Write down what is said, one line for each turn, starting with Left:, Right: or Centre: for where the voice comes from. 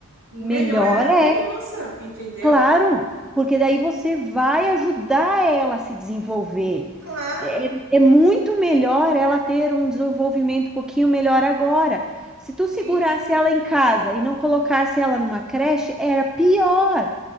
Right: Melhor
Centre: melhor
Right: é para
Centre: é,
Right: criança, entendeu?
Centre: claro, porque daí você vai ajudar ela a se desenvolver.
Right: Claro,
Centre: É, é muito melhor ela ter um desenvolvimento um pouquinho melhor agora. Se tu
Right: sim,
Centre: segurasse
Right: sim,
Centre: ela em casa e não colocasse ela numa creche, era pior.